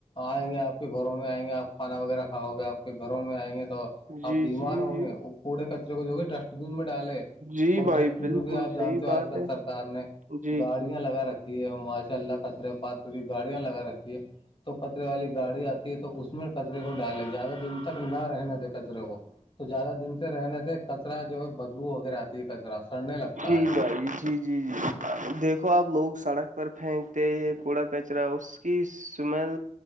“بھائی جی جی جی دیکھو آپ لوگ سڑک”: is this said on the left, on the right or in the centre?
Right